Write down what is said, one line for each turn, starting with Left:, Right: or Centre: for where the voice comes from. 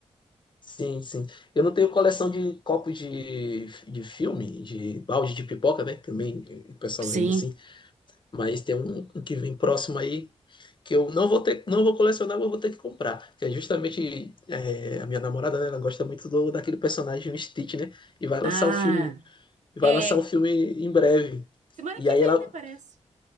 Left: Sim, sim. Eu não tenho coleção de copos de, de filme, de balde de pipoca, né? Também o pessoal
Right: Sim.
Left: vende assim. Mas tem um um que vem próximo aí que eu não vou ter, não vou colecionar, mas vou ter que comprar. Que é justamente é, a minha namorada, né? Ela gosta muito do, daquele personagem, o Stitch, né? E vai lançar
Right: Ah.
Left: o filme Vai
Right: É,
Left: lançar o filme em breve.
Right: semana
Left: E
Right: que
Left: aí
Right: vem,
Left: ela.
Right: né, parece.